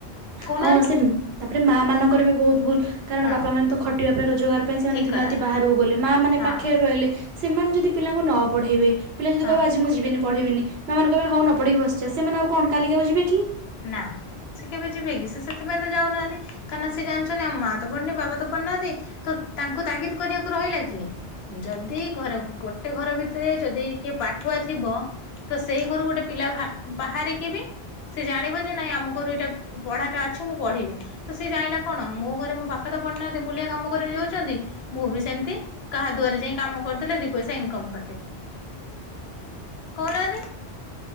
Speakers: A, on the left; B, on the right.
A: କହୁନାହାନ୍ତି
B: ହଁ ସେ ତାପରେ ମା ମାନଙ୍କର ବି ବହୁତ ଭୁଲ କାରଣ
A: ହଁ
B: ବାପା ମାନେ ତ ଖଟିବା ପାଇଁ ରୋଜଗାର ପାଇଁ ସେମାନେ
A: ଠିକ
B: ଦିନ
A: କଥା
B: ରାତି ବାହାରକୁ ଗଲେ ମା ମାନେ
A: ହଁ
B: ପାଖରେ ରହିଲେ ସେମାନେ ଯଦି ପିଲାଙ୍କୁ ନ ପଢେଇବେ ପିଲା ଯଦି
A: ହଁ।
B: କହିବ ଆଜି ମୁଁ ଯିବିନି ପଢ଼ିବିନି ମା ମାନେ କହିବେ ହଉ ନ ପଢିକି ବସିଜା ସେମାନେ ଆଉ କଣ କାଲିକି ଆଉ ଯିବେ କି।
A: ନା ସେ କେବେ ଯିବେ କିି ସେ ସେଥିପାଇଁ ତ ଯାଉନାହାନ୍ତି। କାରଣ ସେ ଜାଣିଚନ୍ତି ଆମ ମା ତ ପଢୁନି ବାବା ତ ପଢୁନାହାନ୍ତି ତ ତାଙ୍କୁ ତାଗିଦି କରିବାକୁ ରହିଲା କିଏ। ଯଦି ଘର ଗୋଟେ ଘର ଭିତରେ ଯଦି କିଏ ପାଠୁଆ ଥିବ। ତ ସେଇ ଘରୁ ଗୋଟେ ପିଲା ବା ବାହାରିକ ବି ସେ ଜାଣିବ ଯେ ନାଇଁ ଆମ ଘରୁ ଏଇଟା ପଢାଟା ଅଛି ମୁଁ ପଢିବି। ତ ସିଏ ଜାଣିଲା କଣ ମୋ ଘରେ ମୋ ବାପା ତ ପଢିନାହାନ୍ତି ମୁଲିଆ କାମ କରିବାକୁ ଯାଉଛନ୍ତି ମୁଁ ବି ସେମିତି କାହା ଦୁଆରେ ଯାଇ କାମ କରିଦେଲେ ଦି ପଇସା ଇନିକମ କରିଦେବି। କଉନାଆନ୍ତି